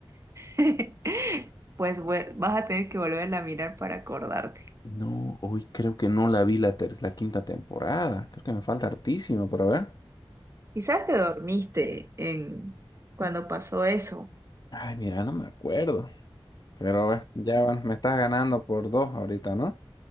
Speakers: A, on the right; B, on the left.
A: <laughs> Pues vue- vas a tener que volverla a mirar para acordarte.
B: No, hoy creo que no la vi la, ter- la quinta temporada. Creo que me falta hartísimo por ver.
A: Quizás te dormiste en cuando pasó eso.
B: Ay, mira, no me acuerdo. Pero a ver, ya bueno, me estás ganando por dos ahorita, ¿no?